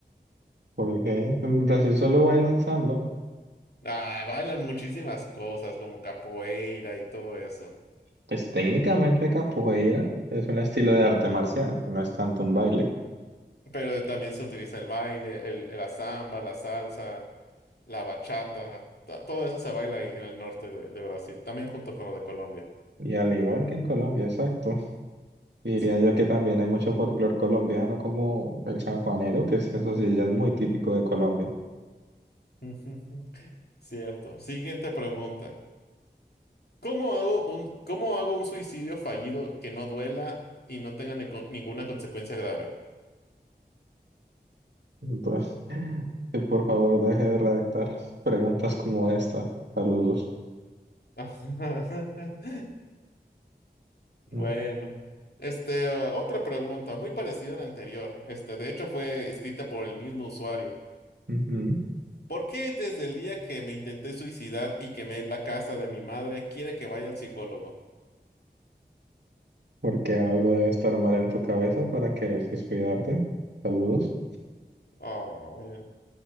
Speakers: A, on the right; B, on the left.
A: porque en Brasil solo bailan samba.
B: Ah, bailan muchísimas cosas como capoeira y todo eso.
A: Pues técnicamente capoeira es un estilo de arte marcial, no es tanto un baile.
B: Pero también se utiliza el baile, el, la samba, la salsa, la bachata. to- Todo eso se baila ahí en el norte de, de Brasil, también junto con lo de Colombia.
A: Y al igual que en Colombia, exacto. Diría
B: Sí.
A: yo que también hay mucho folclore colombiano como el sanjuanero, que es- eso sí ya es muy típico de Colombia.
B: <laughs> Cierto. Siguiente pregunta. ¿Cómo hago un, cómo hago un suicidio fallido que no duela y no tenga neco- ninguna consecuencia grave?
A: Pues, <laughs> que por favor deje de redactar <laughs> preguntas como esta. Saludos.
B: <laughs> Bueno,
A: Mm,
B: este, uh, otra pregunta muy parecida a la anterior. Este, de hecho fue escrita por el mismo usuario.
A: ujú.
B: ¿Por qué desde el día que me intenté suicidar y quemé la casa de mi madre quiere que vaya al psicólogo?
A: Porque algo debe estar mal en tu cabeza para querer suicidarte. Saludos.
B: Ah, bueno.